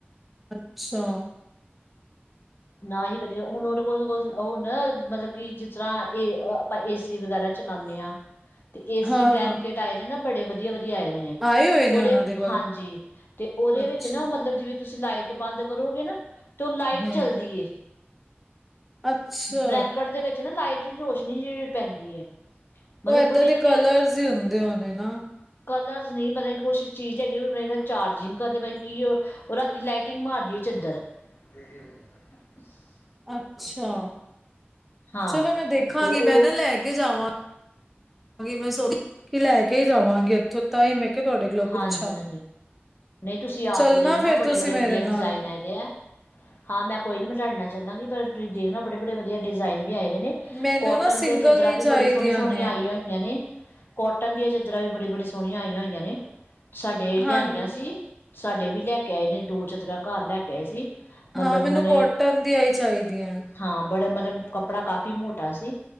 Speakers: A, in the centre; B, on the left.
A: ਅੱਛਾ
B: ਨਾ ਹੀ ਕਦੇ ਹੁਣ ਉਹਦੇ ਕੋਲ ਉਹ ਹੁੰਦਾ ਨਾ ਮਤਲਬ ਕਿ ਜਿਸ ਤਰ੍ਹਾਂ ਇਹਏ ਆਪਾਂ ਏਸੀ ਵਗੈਰਾ ਚਲਾਉਂਦੇ ਹਾਂ ਤੇ ਏਸੀ
A: ਹਾਂ
B: ਬਲੈਂਕੇਟ
A: ਹਾਂ
B: ਆਏ ਜਾ ਨਾ ਬੜੇ ਵਧੀਆ ਆਏ ਨੇ
A: ਆਏ ਹੋਏ
B: ਤੇ ਉਹਦੇ
A: ਨੇ ਉਹਨਾਂ ਦੇ ਕੋਲ
B: ਹਾਂਜੀ ਤੇ ਉਹਦੇ
A: ਅੱਛਾ
B: ਵਿੱਚ ਨਾ ਮਤਲਬ ਜਿਵੇਂ ਤੁਸੀਂ ਲਾਈਟ ਬੰਦ ਕਰੋਗੇ ਨਾ ਤ ਲਾਈਟ
A: ਹੂੰ,
B: ਚੱਲਦੀ
A: ਅੱਛਾ
B: ਬਲੈਂਕਟ ਦੇ ਵਿੱਚ ਨਾ ਲਾਈਟ ਰੋਸ਼ਨੀ ਜਿ ਪੈਂਦੀ ਹੈ ਮਤਲਬ
A: ਉਹ ਏਦਾਂ
B: ਬੜੀ
A: ਦੇ
B: ਵਧੀਆ
A: ਕਲਰਸ ਹੀ ਹੁੰਦੇ ਹੋਣੇ ਨਾ
B: ਕਲਰਸ ਨੀ ਮਤਾਬ ਕਿ ਕੁਛ ਚੀਜ਼ ਹੈਗੀ ਚਾਰਜਿੰਗ ਕਰਦੇਤਾਬ ਕੀ ਰਾਤੀ ਲਾਈਟਿੰਗ ਮਾਰਦੀ ਹੈ ਚਾਦਰ <unintelligible>
A: ਅੱਛਾ
B: ਹਾਂ
A: ਚਲੋ ਮੈਂ ਦੇਖਾਂਗੀ
B: ਤੇ ਉਹ
A: ਮੈਂ ਨਾ ਲੈ ਕੇ ਜਾਵਾਂ ਮੈਂ ਸੋ ਕਿ ਲੈ ਕੇ ਜਾਵਾਂਗੀ ਉੱਥੋਂ ਤਾਂ ਹੀ ਮੈਂ ਕਿਹਾ ਤੁਹਾਡੇ ਕੋਲੋਂ ਪੁੱਛਾਂ।
B: ਹਾਂਜੀ ਹਾਂਜੀ ਨਹੀਂ ਤੁਸੀਂ ਆ
A: ਚੱਲਣਾ
B: ਕੇ ਦੇਖਣਾ
A: ਫੇਰ
B: ਬੜੇ
A: ਤੁਸੀਂ
B: ਬੜੇ
A: ਮੇਰੇ
B: ਵਧੀਆ ਡਿਜ਼ਾਇਨ
A: ਨਾਲ
B: ਆਏਦੇ ਹੈ ਹਾਂ ਮੈਂ ਕੋਈ ਨੀ ਬਿਟਡਨਾ ਚਾਹਾਂਗੀ ਪਰ ਤੁਸੀਂ ਦੇਖ ਬੜੇ ਬੜੇ ਵਧੀ ਡਿਜ਼ਾਇਨ ਵੀ ਆਏ ਨੇ
A: ਮੈਨੂੰ
B: ਕੋਟਨ
A: ਨਾ ਸਿੰਗਲ
B: ਦੀਆਂ ਚਾਦਰਰਾਂ ਵੀ
A: ਚਾਹੀਦੀਆਂ
B: ਬੜੀ ਸੋਹੀਆਂ ਸੋਹਣੀਆਂ
A: ਨੇ।
B: ਆਈਆਂ ਹੋਈਆਂ ਨੇ ਕੋਟਨ ਦੀਆਂ ਚ ਜੱਰਾਂ ਵੀ ਬੜ ਬੜੀ ਸੋਹਣੀਆਂਈਆਂ ਹੋਈਆਂ ਨੇ ਸਾਡੇ ਲਿਆਂਦੀਆਂ
A: ਹਾਂ,
B: ਸੀ ਸਾਡੇ ਵੀ ਲੈ ਕੇ ਆਏ ਨੇ ਦੋ ਚਾਦਰਾਂ ਘਰ ਲੈ ਕੇ ਆਏ ਸੀ ਮਤਲਬ
A: ਹਾਂ ਮੈਨੂੰ
B: ਉਹਨਾਂ ਨੇ
A: ਕੋਟਨ ਦੀ ਆਈ ਚਾਹੀਦੀ ਹੈ
B: ਹਾਂ ਬੜਾ ਮਤਲਬ ਕੱਪੜਾ ਕਾਫ਼ੀ ਮੋਟਾ ਸੀ